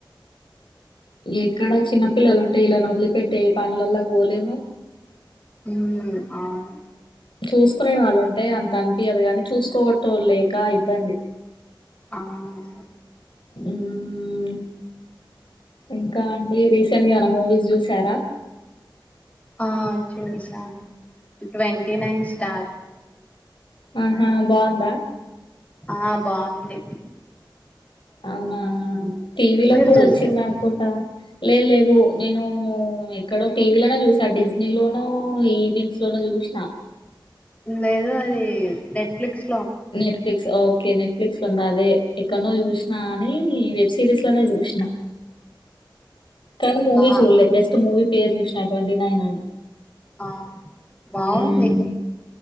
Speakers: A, on the left (about 80°); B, on the left (about 15°).
A: ఎక్కడ చిన్న పిల్లలు ఉంటే ఈలను వదిలిపెట్టే ఏ పనులల్లా పోలేము
B: ఊ అవును
A: చూసుకునే వాళ్ళుంటే అంత అనిపియదు గాని చూసుకునేటోళ్లు లేక ఇబ్బందీ
B: అవునవును
A: ఉమ్మ్మ ఇంకా అండి రీసెంట్‌గా ఏమన్నా మూవీస్ జూశారా
B: ఆ చూసాను ట్వంటీ నైన్ స్టార్
A: ఆహా బా ఉందా
B: ఆ బా ఉంది
A: అవునా టీవీలో
B: మీరు
A: కూడా
B: చూసారా
A: వచ్చిందనుకుంట లే లేదు ఒ నేను ఎక్కడో టీవీ లోనో జూసా డిజనీ లోనో ఈవింగ్స్ లోనో జూష్నా
B: లేదు అది నెట్‌ఫ్లిక్స్
A: నెట్‌ఫ్లిక్స్ ఒ ఓకే నెట్‌ఫ్లిక్స్ లో ఉందా అదే ఎక్కన్నో జూష్నా అన్ని వెబ్ సిరీస్ లనే జూష్నా కానీ
B: ఇంకా
A: మూవీ చూడలే జస్ట్ మూవీ పేరు జూష్నా ట్వంటి నైన్ అని
B: ఆ బా ఉంది
A: మ్మ్